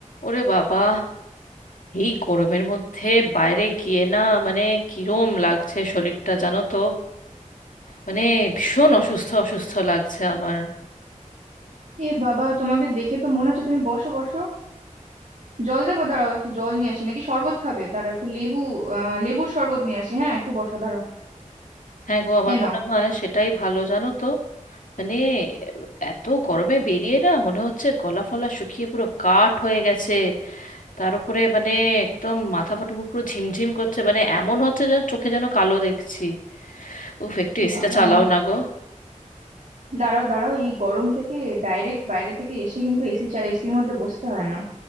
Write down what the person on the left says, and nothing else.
ওরে বাবা এই গরমের মধ্যে বাইরে গিয়ে না মানে কিরম লাগছে শরীরটা জানো তো মানে ভীষণ অসুস্থ অসুস্থ লাগছে আমার
হ্যাঁ গো আমার
মনে হয় সেটাই ভালো জানো তো মানে এত গরমে বেরিয়ে না মনে হচ্ছে গলা ফলা শুকিয়ে পুরো কাঠ হয়ে গেছে তার উপরে মানে একদম মাথা ফাটা পুরো ঝিমঝিম করছে মানে এমন হচ্ছে যেন চোখে যেন কালো দেখছি উফ একটু
এসিটা
চালাও না গো